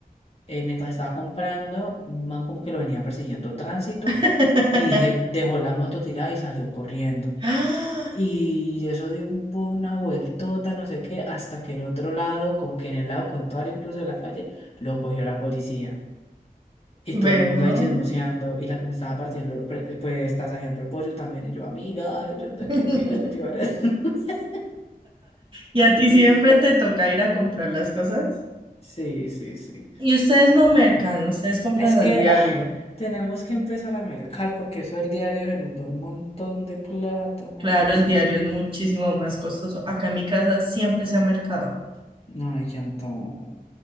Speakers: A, on the left; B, on the right.
A: eh, mientras estaba comprando, un man como que lo venía persiguiendo tránsito
B: <gasps>
A: y dije,
B: <laughs>
A: dejó la moto tirada y salió corriendo.
B: Ah,
A: Y eso dio un, po- una vueltota, no sé qué, hasta que en otro lado, como que en el lado contrario incluso de la calle, lo cogió la policía. Y
B: ¿Verdad?
A: todo el mundo ahí chismoseando. Y la que me estaba partiendo, el pre- eh, pues tasajeando el pollo también. Y yo, amiga, yo tengo
B: <laughs>
A: que ir a que llevar el-". <laughs>
B: ¿Y a ti siempre
A: Entonces,
B: te toca ir a comprar las cosas?
A: sí, sí, sí.
B: Y ustedes no mercan, ustedes compran
A: Es
B: al
A: que
B: diario.
A: ah, tenemos que empezar a mercar porque eso el diario se nos da un montón de plata, Marixis.
B: Claro, el diario es muchísimo más costoso. Acá en mi casa siempre se ha mercado.
A: Ay, qué antojo.